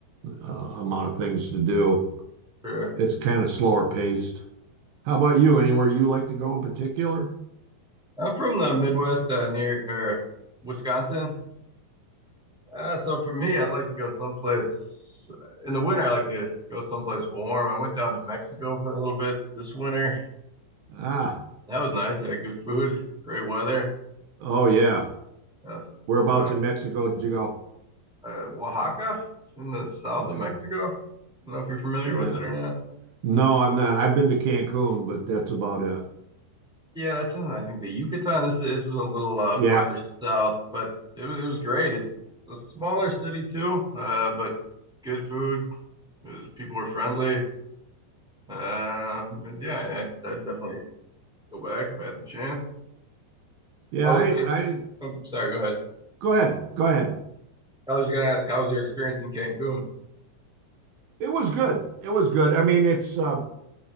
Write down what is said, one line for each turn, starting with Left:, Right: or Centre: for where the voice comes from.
Right: uh, amount of things to do.
Centre: Sure.
Right: It's kind of slower paced. How about you? Anywhere you like to go in particular?
Centre: I'm from the Midwest, uh, near er, Wisconsin. Uh, so for me, I'd like to go someplace in the winter. I like to go someplace warm. I went down to Mexico for a little bit this winter.
Right: Ah,
Centre: That was nice. Yeah, good food, great weather.
Right: oh yeah.
Centre: Uh, so,
Right: Whereabouts
Centre: so I,
Right: in Mexico did you go?
Centre: uh, Oaxaca, it's in the south
Right: Okay.
Centre: of Mexico. I don't know if you're familiar
Right: Yeah.
Centre: with it or not.
Right: No, I'm not. I've been to Cancun, but that's about it.
Centre: Yeah, that's in I think the Yucatan. This is, this is a little uh,
Right: Yeah.
Centre: farther south, but it was it was great. It's a smaller city too, uh, but good food. It was, people were friendly. Um, and yeah, I, I definitely go back if I had the chance.
Right: Yeah,
Centre: I was,
Right: I,
Centre: Ca-
Right: I
Centre: oh, sorry, go ahead.
Right: go ahead, go ahead.
Centre: I was going to ask, how was your experience in Cancun?
Right: It was good. It was good. I mean, it's uh,